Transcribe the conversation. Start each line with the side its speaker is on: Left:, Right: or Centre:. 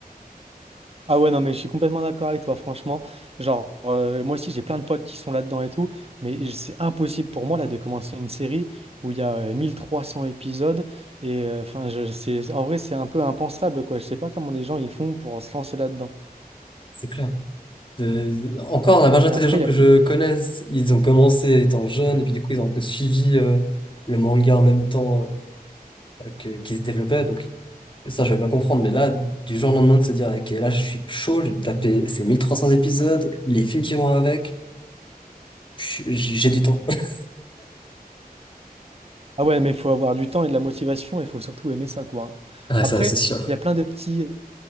Right: Ah ouais, non, mais je suis complètement d'accord avec toi, franchement. Genre, euh, moi aussi, j'ai plein de potes qui sont là-dedans et tout, mais c'est impossible pour moi, là, de commencer une série où il y a euh, 1300 épisodes. Et euh, enfin, je, c'est, en vrai, c'est un peu impensable, quoi. Je sais pas comment les gens ils font pour se lancer là-dedans.
Left: c'est clair. Euh, Encore, la majorité
Right: Mais après,
Left: des gens
Right: il
Left: que
Right: y a...
Left: je connaisse, ils ont commencé étant jeunes et puis du coup, ils ont un peu suivi euh, le manga en même temps euh, que, qui se développait. Donc, ça, je vais pas comprendre. Mais là, du jour au lendemain, de se dire, OK, là, je suis chaud, je vais me taper ces 1300 épisodes, les films qui vont avec, je- j'ai du temps. <laughs>
Right: Ah ouais, mais il faut avoir du temps et de la motivation, et il faut surtout aimer ça, quoi. hein.
Left: Ah,
Right: Après,
Left: ça, c'est sûr.
Right: il y a plein de petits...